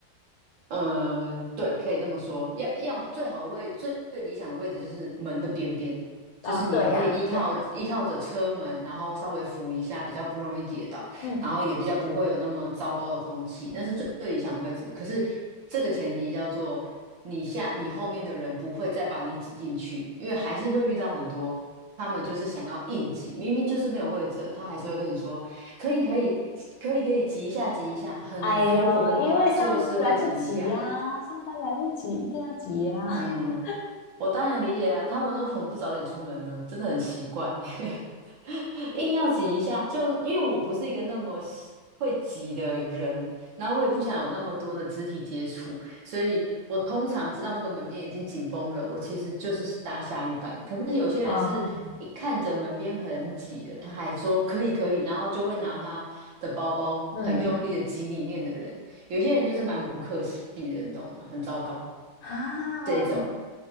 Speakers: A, on the right; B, on the left.
A: 呃，对，可以这么说。要要么最好的位，最最理想的位置就是门的边边，
B: 哦，
A: 就是你可以依靠依靠着车门，
B: 对呀，对呀，
A: 然后稍微扶一下，比较不容易跌倒，
B: 嗯，
A: 然后也比较不会有那么糟糕的空气，那是最最理想的位置。可是这个前提叫做你下你后面的人不会再把你挤进去，因为还是会遇到很多他们就是想要硬挤，明明就是没有位置了他还是会跟你说。可以可以可以可以挤一下挤一下，很多婆婆妈妈就是会挤一下，
B: 哎呦，因为上来不及呀，上班来不及，一定要挤呀。
A: 嗯，
B: <laughs>
A: 我当然理解啊，他们为什么不早点出门呢？真的很奇怪，<laughs> 硬要挤一下，就因为我不是一个那么喜会挤的人，然后我也不想有那么多的肢体接触，所以我通常知道那个门边已经紧绷了，我其实就是搭下一班。可是有些人是一看着门边很挤了，
B: 啊，
A: 他还说可以可以，然后就会拿他的包包很用力的挤里面的人。
B: 嗯，
A: 有些人就是蛮不客气的，你懂吗？很糟糕
B: 啊，
A: 这一种。